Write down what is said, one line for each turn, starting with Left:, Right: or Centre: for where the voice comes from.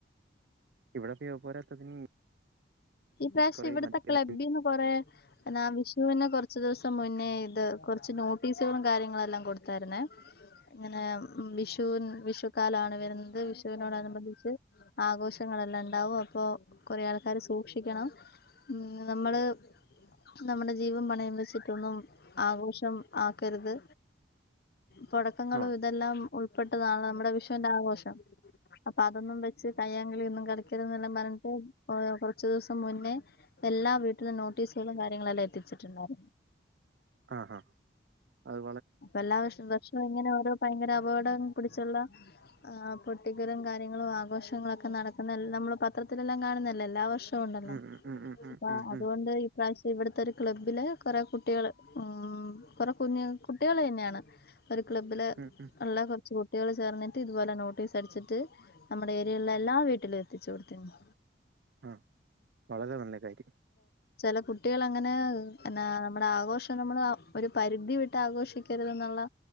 Right: ഇവിടെ പിന്നെ പോരാത്തതിന്
Left: ഈ പ്രാവശ്യം
Right: കൊറേ
Left: ഇവിടത്തെ
Right: മദ്യ
Left: ക്ലബ്ബീന്ന് കൊറേ എന്നാ വിഷുവിന് കൊറച്ച് ദിവസ് മുന്നേ ഇത് കൊറച്ച് നോട്ടീസുകളും കാര്യങ്ങളുവെല്ലാം കൊടുത്താരുന്നേ ഇങ്ങനെ വിഷ് ഷു വിഷുക്കാലാണ് വരുന്നത് വിഷുവിനോടനുബന്ധിച്ച് ആഘോഷങ്ങളെല്ലാം ണ്ടാവും അപ്പോ കൊറെ ആൾക്കാര് സൂക്ഷിക്കണം ഉം നമ്മള് നമ്മുടെ ജീവൻ പണയം വെച്ചിട്ടൊന്നും ആഘോഷം ആക്കരുത്. പടക്കങ്ങളും
Right: ആ
Left: ഇതെല്ലാം ഉൾപ്പെട്ടതാണ് നമ്മുടെ വിഷുവിന്റെ ആഘോഷം. അപ്പൊ അതൊന്നും വ ച്ചു കയ്യാങ്കളിയൊന്നും കളിക്കരുതെന്നെല്ലാം പറഞ്ഞിട്ട് കുറച്ചു ദിവസം മുന്നേ എല്ലാ വീട്ടിലും നോ ട്ടീസുകളും കാര്യങ്ങളും എല്ലാം എത്തിച്ചിട്ടുണ്ടായിരുന്നു.
Right: ആഹാ അതു
Left: അപ്പ എല്ലാ വർഷ വർഷവും ഇങ്ങനെ ഓരോ ഭയങ്കര അപകടം പിടിച്ചുള്ള ആ പൊട്ടിക്കലും കാര്യങ്ങളും ആഘോഷങ്ങളൊക്കെ നടക്കുന്നതെല്ലാം നമ്മള് പത്രത്തിലെല്ലാം കാണുന്നയല്ലേ എല്ലാ വർഷവും ഉണ്ടല്ലോ?
Right: ഉം ഉം ഉം ഉം ഉം
Left: അപ്പ
Right: ഉം
Left: അതുകൊണ്ട്
Right: ഉം
Left: ഇപ്രാവശ്യം ഇവിടത്തെ ഒരു ക്ലബ്ബില് കൊറെ കുട്ടികള് ഉം കൊറെ കുഞ്ഞു കുട്ടികള് തന്നെയാണ് ഒരു ക്ലബ്ബില്
Right: ഉം ഉം
Left: ഒള്ള കൊറച്ചു കുട്ടികള് ചേർന്നിട്ട് ഇതുപോലെ നോട്ടീസ് അടിച്ചിട്ട് നമ്മുടെ വിടേള്ള എല്ലാ വീട്ടിലും എത്തിച്ചു കൊടുത്തിരുന്നു.
Right: ആ വളരെ നല്ല കാര്യം.
Left: ചെല കുട്ടികളങ്ങനെ എന്നാ നമ്മുടെ ആഘോഷം നമ്മള് ഒരു പരിധി വിട്ട് ആഘോഷിക്കരു തെന്നൊള്ള